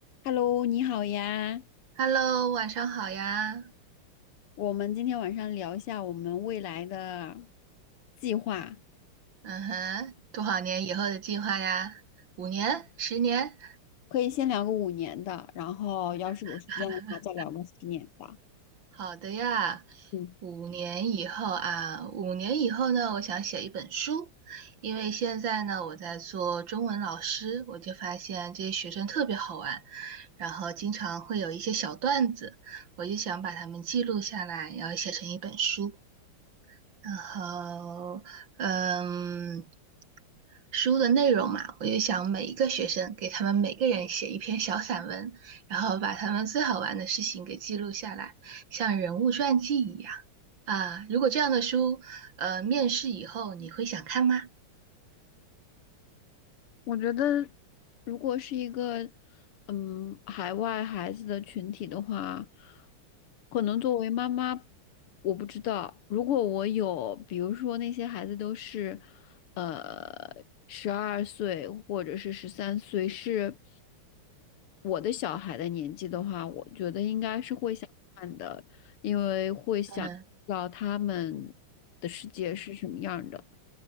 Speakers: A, on the left; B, on the right.
A: Hello，你好呀。
B: Hello，晚上好呀。
A: 我们今天晚上聊一下我们未来的计划，
B: 嗯哼，多少年以后的计划呀？五年、十年？
A: 可以先聊个五年的，然后要是有时间的话，
B: <laughs>
A: 再聊个十年的。
B: 好的呀，
A: 嗯。
B: 五年以后啊，五年以后呢，我想写一本书，因为现在呢，我在做中文老师，我就发现这些学生特别好玩，然后经常会有一些小段子，我就想把它们记录下来，然后写成一本书。然后，嗯，书的内容嘛，我就想每一个学生给他们每个人写一篇小散文，然后把他们最好玩的事情给记录下来，像人物传记一样啊。如果这样的书，呃，面试以后你会想看吗？
A: 我觉得，如果是一个嗯海外孩子的群体的话，可能作为妈妈，我不知道。如果我有，比如说那些孩子都是，呃，十二岁或者是十三岁，是我的小孩的年纪的话，我觉得应该是会想看的，因为会想知道他们的世界是什么样的。
B: 嗯，